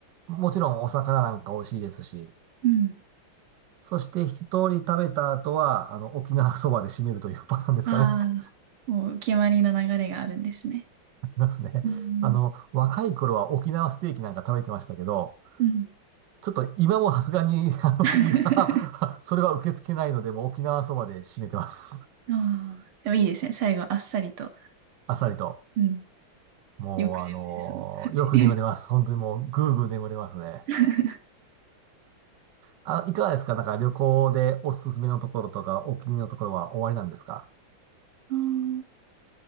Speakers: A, on the right; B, on the right.
A: もちろんお魚なんか美味しいですし、
B: うん。
A: そして一通り食べた後は、あの、沖縄そばで締めるというパターンですかね。
B: ああ、
A: <laughs>
B: もう決まりの流れがあるんですね。
A: ありますね。
B: うん。
A: あの、若い頃は沖縄ステーキなんか食べてましたけど、
B: うん。
A: ちょっと今もさすがに、<laughs> あの、
B: <laughs>
A: 胃が <laughs> それは受け付けないので、もう沖縄そばで締めてます。
B: ああ、でもいいですね。最後、あっさりと。
A: あっさりと。
B: うん。
A: もう、
B: よく眠れそうな感じ。
A: あのーよく眠れます。本当にもう、ぐーぐー眠れますね。
B: <laughs>
A: あ、いかがですかなんか旅行でおすすめのところとか、お気に入りのところは終わりなんですか
B: あー